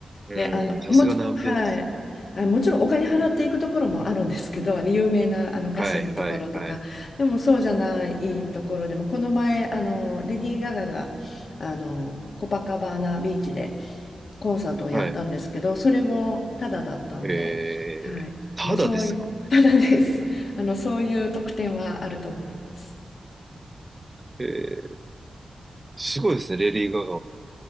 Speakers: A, on the right; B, on the left.
A: ー、
B: で、あの、
A: うーん、さすが南米です。
B: もち、はい。あ、もちろんお金払っていくところもあるんですけど、<laughs> あの有名なあの歌手のところとか、
A: はい、はい、はい、
B: でもそうじゃないところでも、この前、あの、レディー・ガガが、あの、コパカバーナビーチでコンサートをやったんですけど、
A: はい。
B: それもタダだったんで、
A: えー、
B: はい。
A: ただですか。
B: あの、そういう、タダです。<laughs> あの、そういう特典はあると思います。
A: えーすごいですね、レディー・ガガも。